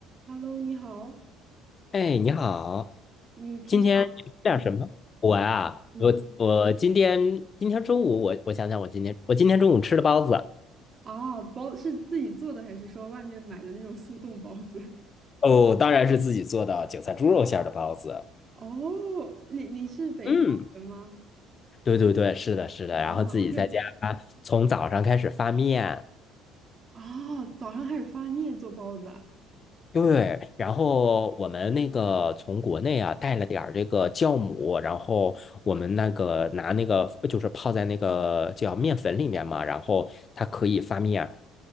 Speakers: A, on the right; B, on the left.
A: Hello，你好，
B: 哎，你好，
A: 你平常
B: 今天你们吃点什么？
A: 嗯
B: 我啊，
A: 嗯
B: 我我今天今天中午我我想想，我今天我今天中午吃的包子，
A: 哦包是自己做的还是说外面买的那种速冻包子？
B: 哦，当然是自己做的韭菜猪肉馅儿的包子。
A: <laughs> 哦，你你是北方人吗？
B: 嗯，对对对，是的，是的，然后自己在家
A: 哦，我就
B: 从早上开始发面，
A: 啊、早上开始发面做包子啊，
B: 对，然后我们那个从国内啊带了点儿这个酵母，然后我们那个拿那个就是泡在那个叫面粉里面嘛，然后它可以发面。